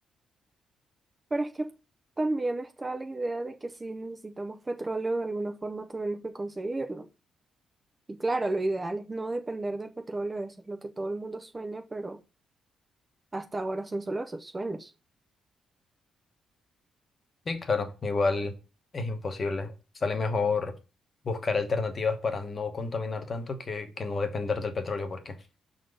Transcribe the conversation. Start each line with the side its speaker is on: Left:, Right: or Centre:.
Right: Pero es que también está la idea de que si necesitamos petróleo de alguna forma tenemos que conseguirlo. Y claro, lo ideal es no depender del petróleo, eso es lo que todo el mundo sueña, pero hasta ahora son solo esos sueños.
Left: Sí, claro, igual es imposible. Sale mejor buscar alternativas para no contaminar tanto que, que no depender del petróleo, porque